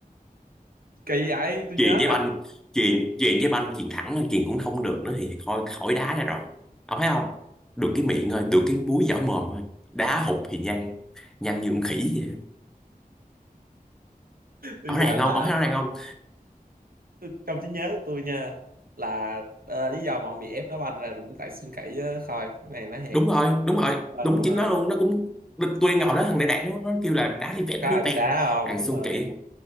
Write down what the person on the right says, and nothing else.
kỳ vậy tôi
nhớ
tôi
nhớ
là
tôi, trong trí nhớ của tôi nha là ờ, lý do mà ông bị ép đá banh là cũng tại Xuân Kỷ á, thôi cái này nói thiệt
đúng rồi
đúng rồi
có
ai
biết
đá không
đúng
rồi